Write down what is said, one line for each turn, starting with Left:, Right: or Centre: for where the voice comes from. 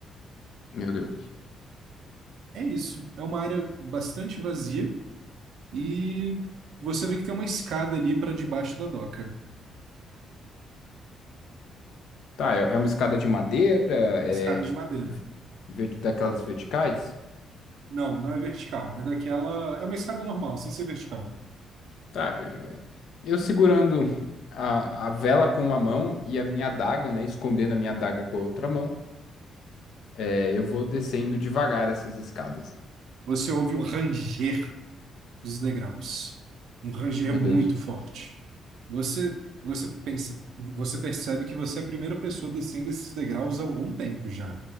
Left: Meu Deus.
Right: É isso. É uma área bastante vazia e você vê que tem uma escada ali para debaixo da doca.
Left: Tá, é, é uma escada de madeira,
Right: Escada
Left: é
Right: de madeira.
Left: ve- vert- daquelas verticais?
Right: Não, não é vertical. É daquela. É uma escada normal, sem ser vertical.
Left: Tá, é, eu segurando a, a vela com uma mão e a minha adaga, né, escondendo a minha adaga com a outra mão. É, eu vou descendo devagar essas escadas.
Right: Você ouve o ranger dos degraus. Um ranger
Left: Meu
Right: muito
Left: Deus.
Right: forte. Você, você pensa, você percebe que você é a primeira pessoa descendo esses degraus há algum tempo já.